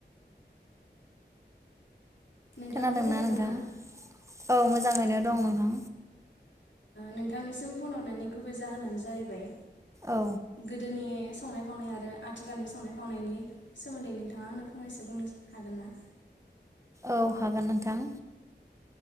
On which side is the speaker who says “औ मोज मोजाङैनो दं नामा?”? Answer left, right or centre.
Right